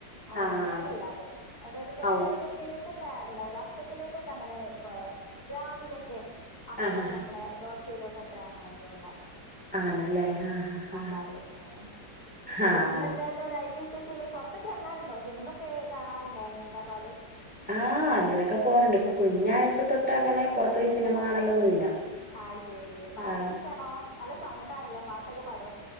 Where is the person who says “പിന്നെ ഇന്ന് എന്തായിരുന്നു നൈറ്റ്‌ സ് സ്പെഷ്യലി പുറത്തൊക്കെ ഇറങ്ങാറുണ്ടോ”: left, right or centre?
Left